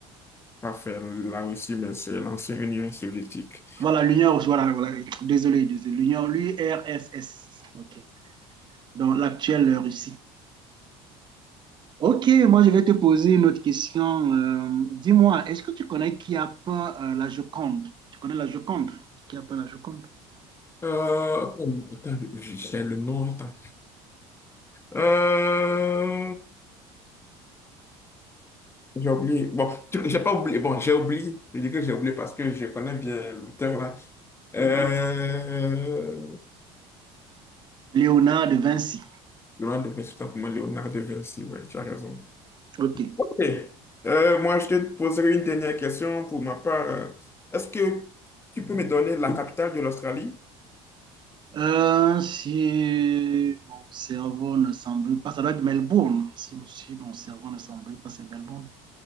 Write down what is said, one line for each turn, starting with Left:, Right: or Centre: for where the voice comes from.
Left: Parfait, la Russie, mais c'est l'ancienne Union soviétique.
Right: Voilà, l'Union, voilà, voilà, désolé, désolé, l'Union, l'U R S S. Ok. Donc, l'actuelle Russie. Ok, moi je vais te poser une autre question. Euh, dis-moi, est-ce que tu connais qui a peint euh, la Joconde? Tu connais la Joconde? Qui a peint la Joconde?
Left: Euh, attends, attends, j'ai j'ai le nom. Attends. Euh, J'ai oublié. Bon, tu- j'ai pas oublié. Bon, j'ai oublié. Je dis que j'ai oublié parce que je connais bien l'auteur là. Euh...
Right: Léonard de Vinci.
Left: Leonardo, mais c'est pas pour moi, Léonard de Vinci, ouais, tu as raison.
Right: Ok.
Left: Ok. Euh, moi, je te poserai une dernière question pour ma part. Euh, Est-ce que tu peux me donner la capitale de l'Australie?
Right: Euh, si mon cerveau ne s'embrouille pas, ça doit être Melbourne. Si, si mon cerveau ne s'embrouille pas, c'est Melbourne.